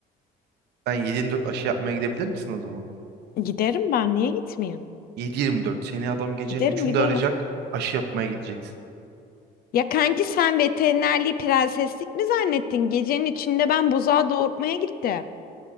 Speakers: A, on the right (about 80°); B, on the left (about 60°).
A: Sen 7-24 aşı yapmaya gidebilir misin o zaman?
B: giderim ben niye gitmeyeyim?
A: 7-24 seni adam gecenin
B: Giderim
A: üçünde
B: giderim.
A: arayacak aşı yapmaya gideceksin.
B: Ya kanki sen veterinerliği prenseslik mi zannettin? Gecenin içinde ben buzağı doğurtmaya gittim.